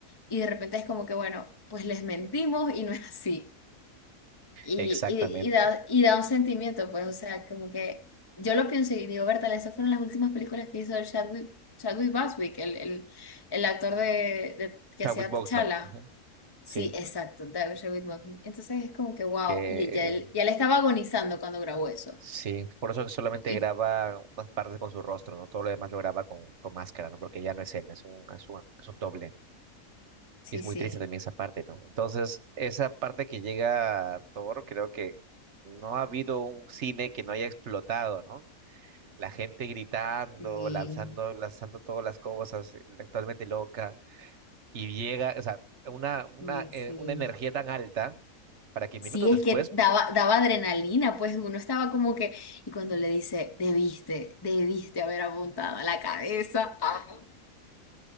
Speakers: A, on the left; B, on the right.
A: y de repente es como que, bueno, pues les mentimos y no es así. Y,
B: Exactamente.
A: y, y da, y da un sentimiento, pues, o sea, como que yo lo pienso y digo, Bertal, esas fueron las últimas películas que hizo el Chadwick, Chadwick Boswick, el, el, el actor de, de- que
B: Chadwick
A: hacía
B: Boseman,
A: T'Challa.
B: ujú,
A: Sí,
B: Sí,
A: exacto, David Chadwick Boseman. Entonces es como que, wow,
B: que
A: y ya él,
B: eh,
A: ya le estaba agonizando cuando grabó eso.
B: sí, por eso que solamente
A: Y
B: graba unas partes con su rostro, ¿no? Todo lo demás lo graba con, con máscara, ¿no? Porque ya no es él, es un, es un, es un doble.
A: sí,
B: Y es
A: sí,
B: muy triste también esa parte, ¿no? Entonces, esa parte que llega a Thor, creo que no ha habido un cine que no haya explotado, ¿no? la gente gritando,
A: sí,
B: lanzando, lanzando todas las cosas, eh, actualmente loca, y llega, o sea, una, una,
A: y
B: eh,
A: sí.
B: una energía tan alta para que
A: Sí,
B: minutos
A: es
B: después,
A: que daba, daba adrenalina, pues uno estaba como que, y cuando le dice, debiste, debiste haber apuntado a la cabeza. ¡Ah!